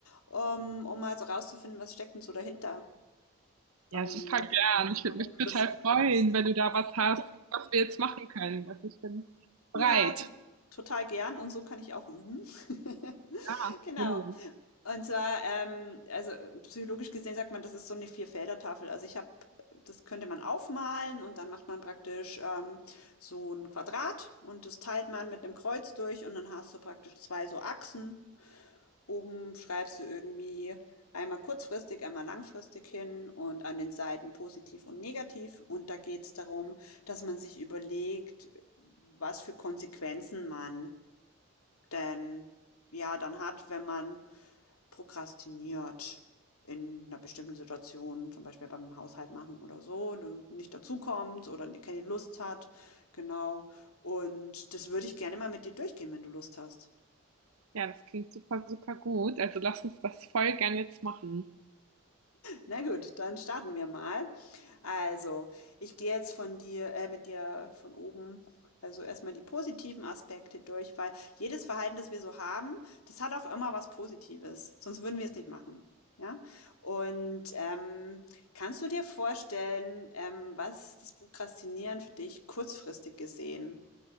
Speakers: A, on the left (about 85°); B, on the right (about 80°).
A: um, um mal so rauszufinden, was steckt denn so dahinter? Warum,
B: Ja, super
A: weißt
B: gern.
A: du, warum,
B: Ich würde
A: warum
B: mich
A: du
B: total
A: das
B: freuen,
A: machst?
B: wenn du da was hast, was wir jetzt machen können. Also ich bin
A: Ja,
B: bereit.
A: to total gern und so kann ich auch üben. <laughs>
B: Ja,
A: Genau.
B: Willen.
A: Und zwar, ähm, also psychologisch gesehen sagt man, das ist so eine Vierfelder-Tafel. Also ich habe, das könnte man aufmalen und dann macht man praktisch ähm, so ein Quadrat und das teilt man mit einem Kreuz durch und dann hast du praktisch zwei so Achsen. Oben schreibst du irgendwie einmal kurzfristig, einmal langfristig hin und an den Seiten positiv und negativ. Und da geht es darum, dass man sich überlegt, was für Konsequenzen man denn ja dann hat, wenn man prokrastiniert in einer bestimmten Situation, zum Beispiel beim Haushalt machen oder so, ne, nicht dazukommt oder ne keine Lust hat, genau. Und das würde ich gerne mal mit dir durchgehen, wenn du Lust hast.
B: Ja, das klingt super, super gut. Also lass uns das voll gern jetzt machen.
A: Na gut, dann starten wir mal. Also, ich gehe jetzt von dir, äh, mit dir von oben, also erstmal die positiven Aspekte durch, weil jedes Verhalten, das wir so haben, das hat auch immer was Positives. Sonst würden wir es nicht machen. Ja? Und ähm, kannst du dir vorstellen, ähm, was das Prokrastinieren für dich kurzfristig gesehen